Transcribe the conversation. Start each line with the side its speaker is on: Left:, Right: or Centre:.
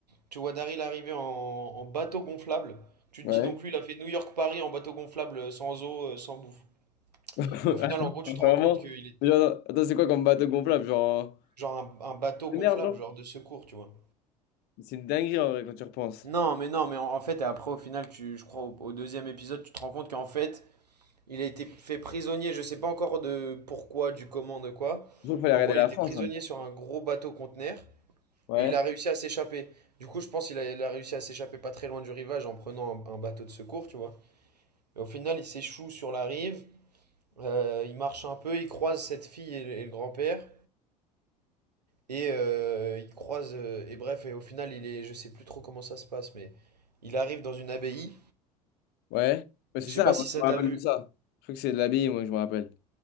Right: Tu vois Daryl arriver en, en bateau gonflable. Tu
Left: Ouais.
Right: te dis donc lui, il a fait New York-Paris en bateau gonflable, euh, sans eau, euh, sans bouffe.
Left: <laughs>
Right: Et au final, en gros, tu
Left: Vraiment.
Right: te rends compte qu'il est
Left: Genre, attends, c'est quoi comme bateau gonflable? Genre.
Right: genre un, un bateau
Left: De
Right: gonflable,
Left: merde, genre.
Right: genre de secours, tu vois.
Left: C'est une dinguerie en vrai quand tu repenses.
Right: Non, mais non, mais en, en fait, et après, au final, tu, je crois, au, au deuxième épisode, tu te rends compte qu'en fait, il a été fait prisonnier, je sais pas encore de pourquoi, du comment, de quoi.
Left: Je crois qu'il fallait
Right: Mais
Left: regarder
Right: en gros,
Left: la
Right: il était
Left: France.
Right: prisonnier
Left: hein.
Right: sur un gros bateau conteneur
Left: Ouais.
Right: et il a réussi à s'échapper. Du coup, je pense qu'il a, il a réussi à s'échapper pas très loin du rivage en prenant un, un bateau de secours, tu vois. Et au final, il s'échoue sur la rive, euh, il marche un peu, il croise cette fille et, le et le grand-père. Et euh, il croise, euh, et bref, et au final, il est, je sais plus trop comment ça se passe, mais il arrive dans une abbaye.
Left: Ouais. Ouais, c'est
Right: Je
Left: ça,
Right: sais pas
Left: moi,
Right: si ça
Left: je me
Right: t'a
Left: rappelle
Right: vu.
Left: de ça. Je crois que c'est de l'abbaye, moi, je me rappelle.